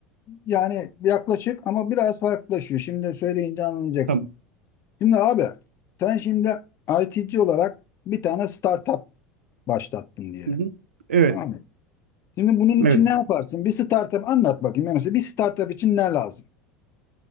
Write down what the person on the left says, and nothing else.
Yani yaklaşık ama biraz farklılaşıyor. Şimdi söyleyince anlayacaksın.
Şimdi abi sen şimdi IT'ci olarak bir tane startup başlattın diyelim.
Tamam mı? Şimdi bunun için
ne yaparsın? Bir startup anlat bakayım. Yani Mesela bir startup için ne lazım?